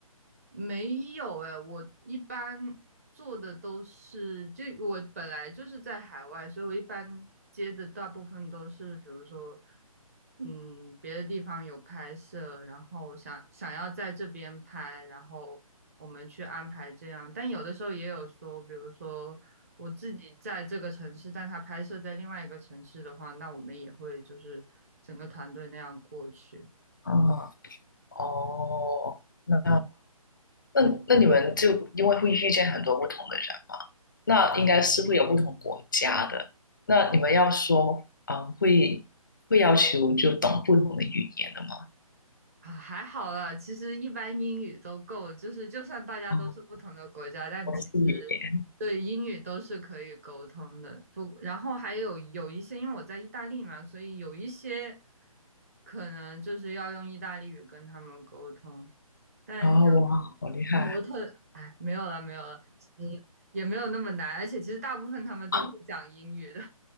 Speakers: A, on the right; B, on the left.
A: 没有哎，我一般做的都是，就我本来就是在海外，所以我一般接的大部分都是，比如说，嗯，别的地方有拍摄，然后想想要在这边拍，然后我们去安排这样。但有的时候也有说，比如说我自己在这个城市，但他拍摄在另外一个城市的话，那我们也会就是整个团队那样过去。
B: 嗯啊，哦，那那那你们就因为会遇见很多不同的人嘛，那应该是会有不同国家的。那你们要说，嗯，会会要求就懂不同的语言的吗？
A: 啊，还好啦，其实一般英语都够就是就算大家都是不同的国家，
B: 啊、
A: 但其实对英语都是可以沟通的。
B: 我是语言，
A: 不，然后还有有一些，因为我在意大利嘛，所以有一些可能就是要用意大利语跟他们沟通，但像
B: 哦，哇，好厉害
A: 模特，哎，没有了，没有了，其实也没有那么难，而且其实大部分他们都会讲英语的。
B: 啊！